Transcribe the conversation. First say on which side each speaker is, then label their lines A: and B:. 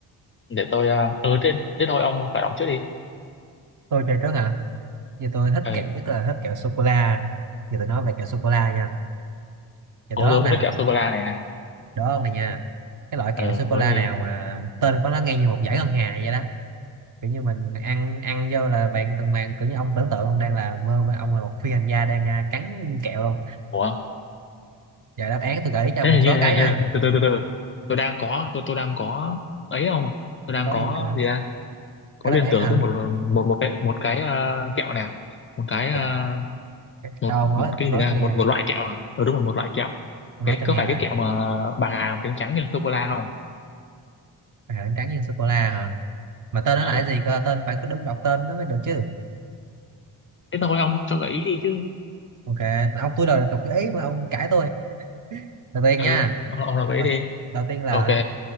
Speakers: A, on the left (about 30°); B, on the right (about 40°).
A: để tôi ờ ừ, thế, thế thôi ông khởi động trước đi.
B: tôi chơi trước hả giờ tôi thích
A: Ừ,
B: kẹo nhất là thích kẹo sô cô la giờ tôi nói về kẹo sô cô la nha giờ
A: ừ
B: đố ông
A: tôi cũng
B: nè
A: thích kẹo sô cô la này.
B: đố ông này nha cái loại kẹo
A: Ừ,
B: sô cô
A: đó
B: la
A: đi.
B: nào mà tên của nó nghe như một dải ngân hà vậy đó kiểu như mình ăn ăn vô là bạn cần màng. kiểu như ông tưởng tượng ông đang là mơ mà ông là một phi hành gia đang à, cắn viên kẹo luôn
A: Ủa,
B: giờ đáp án tôi gợi ý cho
A: thế
B: ông một
A: hình
B: số
A: như
B: cái
A: hình,
B: nha
A: hình, từ từ từ từ. Tôi đang có tôi tôi đang có ấy không? Tôi đang
B: có
A: có
B: gì cả
A: gì ra? Có
B: có đáp
A: liên
B: án
A: tưởng
B: hả
A: tới một một một cái một cái ờ, kẹo nè, một cái ờ,
B: Kìa,
A: một
B: đâu ông nói
A: một cái
B: ông nói
A: gì ra
B: tôi nghe
A: một một loại kẹo à ừ, đúng rồi một loại kẹo
B: ông
A: cái
B: nói tôi
A: có
B: nghe
A: phải
B: rồi
A: cái kẹo mà bà Hà trắng trắng nhân sô cô la không
B: à, trắng tráng nhân sô cô la hả mà tên nó
A: ừ
B: là cái gì cơ tên phải có đúng đọc tên nó mới được chứ
A: thế thôi ông cho gợi ý đi chứ
B: ok ông tôi đòi đọc cái ý mà ông cãi tôi đầu tiên
A: ừ
B: nha
A: ông ông nào gợi
B: đầu,
A: ý đi
B: đầu tiên là
A: ok